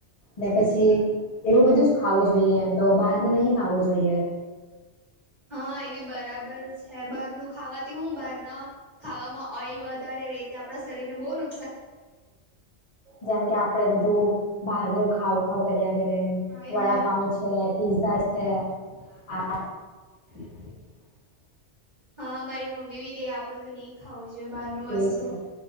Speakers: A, on the left; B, on the right.
A: ને પછી એવું બધું જ ખાવું જોઈએ એમ તો બહાર નહી ખાવું જોઈએ
B: હા એવી બરાબર છે બહારનું ખાવાથી હું બહારના ખાવામાં ઓઈલ વધારે ર તે આપણા શરીર ને બહ નુ
A: જેમ કે આપડે બધું બહાર ન ખાવ કર્યા કરે એ
B: હા એજ
A: વડાપઉ છે પીઝા છે
B: હા
A: આ
B: હા મારી મમ્મી બી કે આ બધું નહી ખાવું જોઈએ બહાર નું
A: તે
B: વસ્તુ.
A: જ તો